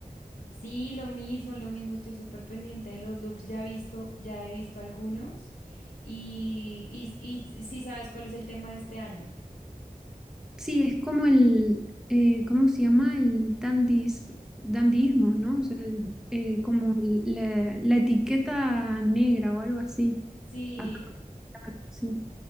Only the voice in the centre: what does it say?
sí, es como el, eh, ¿cómo se llama? El dandis, dandismo, ¿no? O sea, el- eh, como el- la, la etiqueta negra o algo así.
Acá, sí.